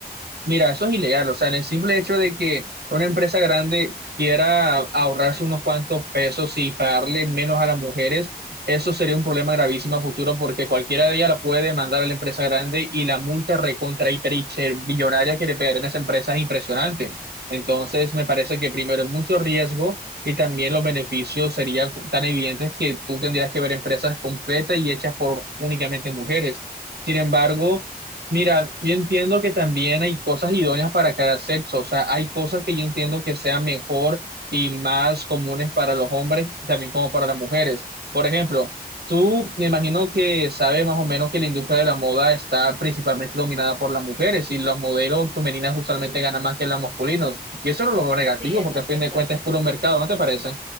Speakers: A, on the right; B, on the right.
A: Mira, eso es ilegal, o sea, en el simple hecho de que una empresa grande quiera ahorrarse unos cuantos pesos y pagarle menos a las mujeres, eso sería un problema gravísimo a futuro porque cualquiera de ellas la puede demandar a la empresa grande y la multa recontra hiper hiper billonaria que le pegarían a esa empresa es impresionante. Entonces, me parece que primero es mucho riesgo y también los beneficios serían tan evidentes que tú tendrías que ver empresas completas y hechas por únicamente mujeres. Sin embargo, Mira, yo entiendo que también hay cosas idóneas para cada sexo, o sea, hay cosas que yo entiendo que sean mejor y más comunes para los hombres, también como para las mujeres. Por ejemplo, tú me imagino que sabes más o menos que la industria de la moda está principalmente dominada por las mujeres y los modelos femeninas usualmente ganan más que los masculinos. Y eso no lo veo negativo
B: Sí, eso
A: porque
B: es
A: a fin
B: verdad.
A: de cuentas es puro mercado, ¿no te parece?